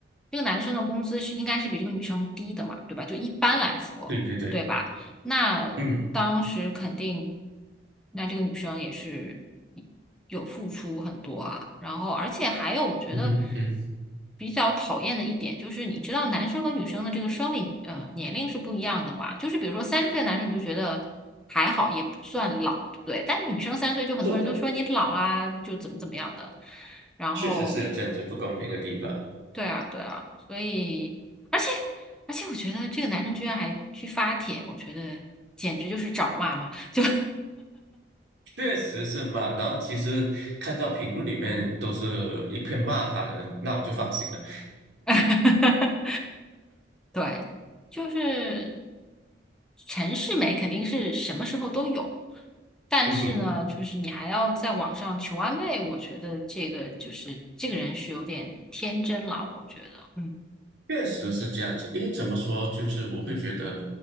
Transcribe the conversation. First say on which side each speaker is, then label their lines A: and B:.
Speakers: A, in the centre; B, on the right (about 80°).
A: 这个男生的工资是应该是比这个女生低的嘛，对吧？就一般来说，
B: 对对对，
A: 对吧？那当时肯定，
B: 嗯
A: 那这个女生也是有付出很多啊。然后，而且还有，我觉得
B: 嗯哼嗯。
A: 比较讨厌的一点就是，你知道男生和女生的这个生理呃年龄是不一样的嘛？就是比如说三十岁的男生你就觉得还好，也不算老，对不对？但女生三岁就很多人都说你老啦，
B: 是的，
A: 就怎么怎么样的。然后
B: 确实是有这样子不公平的地方，
A: 对啊，对啊，所以，而且，而且，我觉得这个男生居然还去发帖，我觉得简直就是找骂嘛！就，
B: 确实是骂。然后其实看到评论里面都是一片骂他的，那我就放心了。
A: <laughs> 对，就是陈世美肯定是什么时候都有，但是呢，
B: <laughs> 嗯哼。
A: 就是你还要在网上求安慰，我觉得这个就是这个人是有点天真了，我觉得，嗯，
B: 确实是这样子的，因为怎么说，就是我会觉得，